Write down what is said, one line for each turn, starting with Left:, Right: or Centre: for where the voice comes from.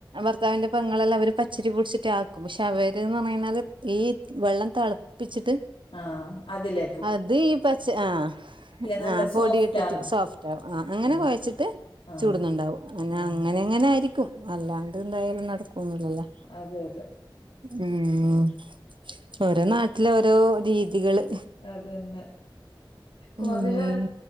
Right: ഭർത്താവിന്റെ പൊങ്ങളെല്ലാം അവര് പച്ചരി പൊടിച്ചിട്ട് ആക്കും പക്ഷെ അവര്ന്ന് പറയിണത് ഈ വെള്ളം തെള പ്പിച്ചിട്ട്
Left: ആഹ് അതില്
Right: അത് ഈ പച്ച ആ
Left: നല്ല
Right: ആ പൊടി
Left: സോഫ്റ്റ്
Right: ഇട്ടിട്ട്
Left: ആന്ന്
Right: സോഫ്റ്റ് ആവും ആ അങ്ങനെ
Left: ഉം
Right: കുഴച്ചിട്ട്
Left: ആ
Right: ചൂടുന്നുണ്ടാവും ന്നെ
Left: ആ
Right: അങ്ങനെ ഇങ്ങനേ ആയിരിക്കും അല്ലാണ്ട് എന്തായാലും നടക്കുംന്നില്ലല്ലോ
Left: അതെ അതെ
Right: ഉം ഓരോ നാട് ഇതിലോരോ രീതികള്
Left: അതെന്നെ കൊറെ
Right: ഉം